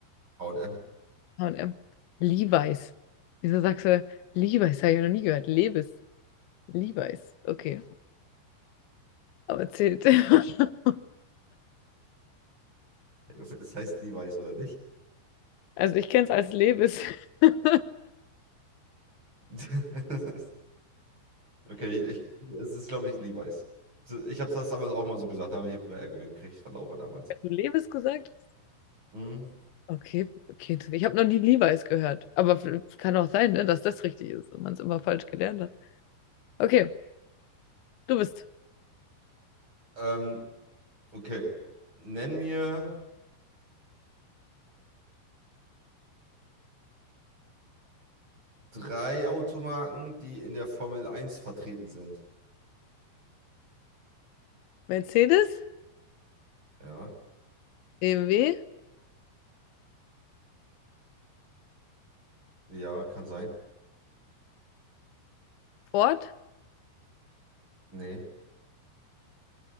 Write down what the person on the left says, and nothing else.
H&M. Levi's. Wieso sagst du Levi's? Habe ich noch nie gehört. Levis. Levi's. Okay. Aber zählt. <laughs>
Also ich kenne es als Levis. <laughs> Wenn
du Levis gesagt hast?
Okay, okay. Ich habe noch nie Levi's gehört. Aber es kann auch sein, ne, dass das richtig ist und man es immer falsch gelernt hat. Okay, du bist
Mercedes,
BMW,
Ford,